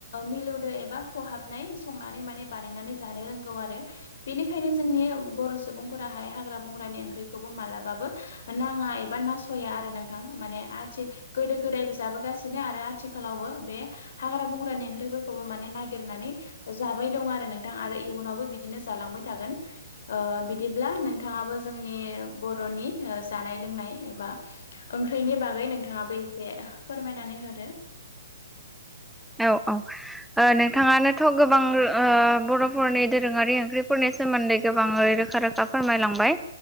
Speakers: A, on the left (about 55°); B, in the centre.
A: मिलौदो एबा खहाबनाय संनानै माने बानायनानै जानो रोंगौ आरो। बेनिखायनो जोंनि बर' सुबुंफोराहाय हाग्रा बंग्रानि ओंख्रिखौबो मालाबाबो नाङा एबा नास'या आरो नोंथां माने आथि गोदो गोदायबो जाबोगासिनो आरो आथिखालावबो बे हाग्रा बंग्रानि ओंख्रिफोरखौबो माने नागिरनानै जाबाय दं आरो नोंथां आरो इयुनावबो बिदिनो जालांबाय थागोन। ओ बिदिब्ला नोंथाङाबो जोंनि बर'नि जानाय लोंनाय एबा ओंख्रिनि बागै नोंथाङाबो एसे फोरमायनानै होदो।
B: औ औ नोंथाङानोथ' गोबां ओ बर'फोरनि दोरोङारि ओंख्रिफोरनि सोमोन्दै गोबाङै रोखा रोखा फोरमायलांबाय